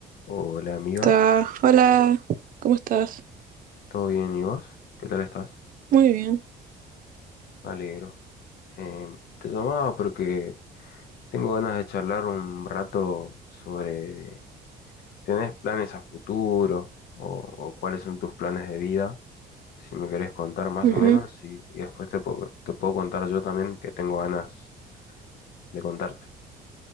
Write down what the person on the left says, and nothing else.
Hola amiga,
¿todo bien y vos? ¿Qué tal estás?
Me alegro. Eh, te llamaba porque tengo ganas de charlar un rato sobre si tenés planes a futuro o, o cuáles son tus planes de vida, si me querés contar más
o menos y, y después te puedo, te puedo contar yo también que tengo ganas de contarte.